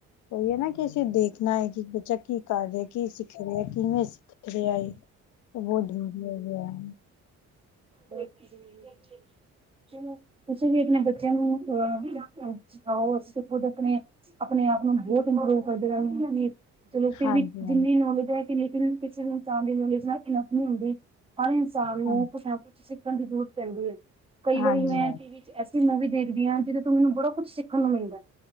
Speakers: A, on the left (about 75°); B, on the right (about 20°).
A: ਓਈ ਏ ਨਾ ਕਿ ਅਸੀਂ ਦੇਖਨਾ ਐ ਕਿ ਬੱਚਾ ਕੀ ਕਰ ਰੇਐ, ਕੀ ਸਿੱਖ ਰੇਐ, ਕਿਵੇਂ ਸਿੱਖ ਰੇਆ ਏ, ਉਹ ਬੋਤ ਡੰਡੇ ਨਾਲ ਰੇਐ।
B: ਵੇਖੀ ਜਰੂਰ, ਐਥੇ। ਚਲੋ, ਤੁਸੀਂ ਵੀ ਅਪਨੇ ਬੱਚਿਆਂ ਨੂੰ ਅਹ ਸਿਖਾਓ। ਅਸੀਂ ਤਾਂ ਖੁਦ ਅਪਨੇ ਅਪਨੇ ਆਪ ਨੂੰ ਬੋਤ ਇੰਪਰੂਵ ਕਰਦੇ ਰੈਨਗੇ ਵੀਰ। ਚਲੋ, ਫਿਰ
A: ਹਾਂਜੀ
B: ਵੀ ਜਿੰਨੀ ਨੌਲੇਜ ਹੈ, ਕਿ ਲੇਕਿਨ ਕਿਸੇ ਨੂੰ ਤਾਂ ਨੌਲੇਜ ਨਾਲ ਇਨਫ ਨੀ ਹੁੰਦੀ। ਹਰ ਇਨਸਾਨ ਨੂੰ
A: ਹਾਂਜੀ
B: ਕੁਛ ਨਾ ਕੁਛ ਸਿੱਖਨ ਦੀ ਜ਼ਰੂਰਤ ਪੈਂਦੀ ਐ, ਕਈ
A: ਹਾਂਜੀ
B: ਵਾਰੀ ਮੈਂ
A: ਹਾਂਜੀ
B: ਟੀ‌ ਵੀ ਐਸੀ ਮੂਵੀ ਦੇਖਦੀ ਆ, ਜਿਦੇ ਤੋਂ ਮੈਨੂੰ ਬੜਾ ਕੁਛ ਸਿੱਖਨ ਨੂੰ ਮਿਲਦੈ।